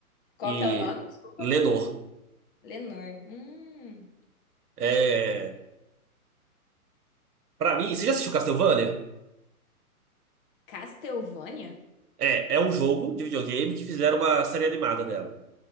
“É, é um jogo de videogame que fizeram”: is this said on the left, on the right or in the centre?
Right